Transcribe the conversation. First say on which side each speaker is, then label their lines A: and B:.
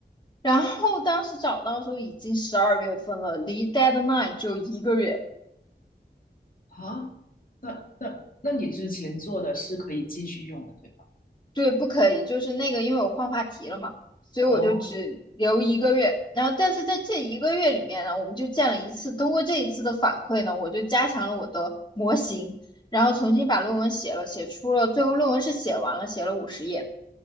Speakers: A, on the left; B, on the left.
A: 然后当时找到的时候已经十二月份了，离 deadline 只有一个月，
B: 好，那那那你之前做的是可以继续用的，对吧？
A: 对，不可以，就是那个，因为我换话题了嘛，所以我就只留一个月。
B: 哦，
A: 然后，但是在这一个月里面呢，我们就见了一次。通过这一次的反馈呢，我就加强了我的模型，然后重新把论文写了，写出了，最后论文是写完了，写了五十页，